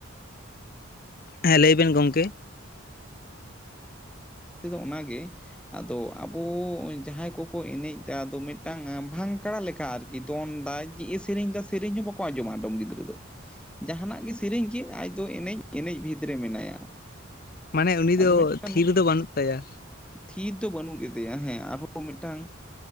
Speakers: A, on the left; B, in the centre.
A: ᱦᱮᱸ ᱞᱟᱹᱭ ᱵᱮᱱ ᱜᱚᱝᱠᱮ
B: ᱛᱮᱫᱚ ᱚᱱᱟᱜᱮ ᱟᱫᱚ ᱟᱵᱚ ᱡᱟᱦᱟᱸᱭ ᱠᱚᱠᱚ ᱮᱱᱮᱡ ᱮᱫᱟ ᱟᱫᱚ ᱢᱤᱫᱴᱟᱝ ᱵᱷᱟᱝ ᱠᱟᱸᱲᱟ ᱞᱮᱠᱟ ᱟᱨ ᱠᱤ ᱫᱚᱱ ᱮᱫᱟ ᱪᱮᱫ ᱮ ᱥᱮᱨᱮᱧ ᱮᱫᱟ ᱥᱮᱨᱮᱧ ᱦᱚᱸ ᱵᱟᱠᱚ ᱟᱸᱡᱚᱢᱟ ᱟᱰᱚᱢ ᱜᱤᱫᱽᱨᱟᱹ ᱫᱚ ᱡᱟᱦᱟᱱᱟᱜ ᱜᱮ ᱥᱮᱨᱮᱧ ᱠᱮᱜ ᱟᱡ ᱫᱚ ᱮᱱᱮᱡ ᱮᱱᱮᱡ ᱵᱷᱤᱛ ᱨᱮ ᱢᱮᱱᱟᱭᱟ
A: ᱢᱟᱱᱮ ᱩᱱᱤ
B: ᱟᱫᱚ
A: ᱫᱚ
B: ᱢᱤᱫᱴᱟᱝ
A: ᱛᱷᱤᱨ ᱫᱚ ᱵᱟᱹᱱᱩᱜ ᱛᱟᱭᱟ
B: ᱛᱷᱤᱨ ᱫᱚ ᱵᱟᱹᱱᱩᱜ ᱠᱮᱫᱮᱭᱟ ᱦᱮᱸ ᱟᱨᱦᱚᱸ ᱢᱤᱫᱴᱟᱝ